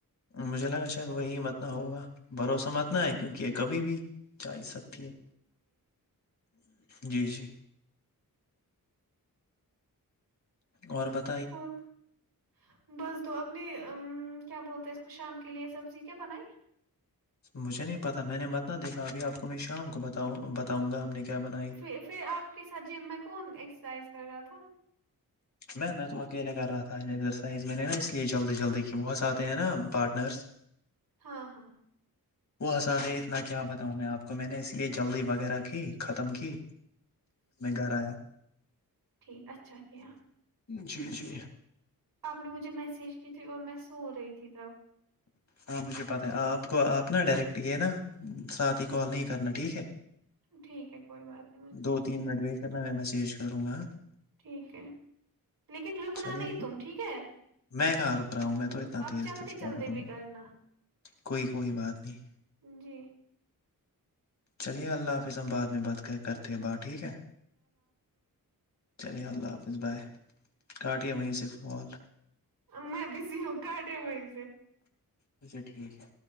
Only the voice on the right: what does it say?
<unintelligible> <inaudible> بس دو اپنی کیا بولتے ہیں اس کو شام کے لیے سبزی کیا بنائی
پھر پھر آپ کے ساتھ جم میں کون ایکسرسائز کر رہا تھا
ہاں ہاں
ٹھیک اچھا کیا
آپ نے مجھے میسیج کی تھی اور میں سو رہی تھی تب
ٹھیک ہے کوئی بات
ٹھیک ہے لیکن رکنا
نہیں تم ٹھیک ہے
اب
چلتے
چلتے
بھی
کرنا
جی
میں بزی ہوں گاٹ و سے